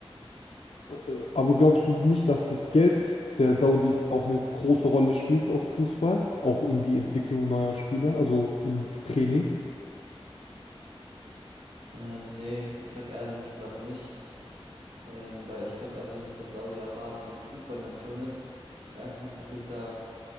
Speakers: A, on the left; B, on the right.
A: äh, äh, aber glaubst du nicht, dass das Geld der Saudis auch eine große Rolle spielt aufs Fußball? Auch in die Entwicklung neuer Spieler, also ins Training?
B: Ähm, nee, ich sag ehrlich, ich glaube nicht. Ähm, weil ich glaube einfach nicht, dass Saudi-Arabien eine Fußballnation ist. Erstens ist es da